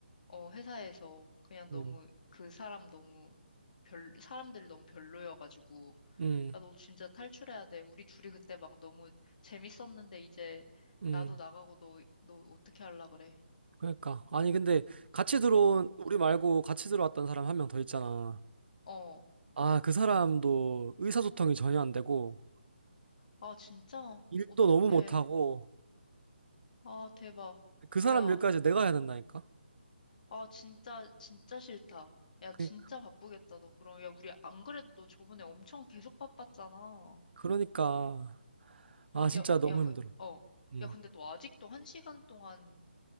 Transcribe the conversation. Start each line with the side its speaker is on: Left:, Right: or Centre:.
Left: 어, 회사에서 그냥 너무
Right: 음.
Left: 그 사람 너무 별, 사람들 너무 별로여가지고.
Right: 음.
Left: 야, 너 진짜 탈출해야 돼. 우리 둘이 그때 막 너무 재밌었는데 이제
Right: 음.
Left: 나도 나가고 너, 너 어떻게 할라 그래?
Right: 그러니까 아니 근데 같이 들어온
Left: 어,
Right: 우리 말고 같이 들어왔던 사람 한 명 더 있잖아.
Left: 어.
Right: 아, 그 사람도 의사소통이 전혀 안 되고
Left: 아, 진짜?
Right: 일도
Left: 어떡해.
Right: 너무 못하고
Left: 아, 대박.
Right: 그 사람
Left: 야,
Right: 일까지 내가 해야 된다니까.
Left: 아, 진짜, 진짜 싫다. 야,
Right: 그,
Left: 진짜 바쁘겠다, 너 그럼. 야, 우리 안 그래도 너 저번에 엄청 계속 바빴잖아. 어,
Right: 그러니까 아 진짜
Left: 야,
Right: 너무
Left: 야, 그,
Right: 힘들어.
Left: 어.
Right: 음.
Left: 야, 근데 너 아직도 한 시간 동안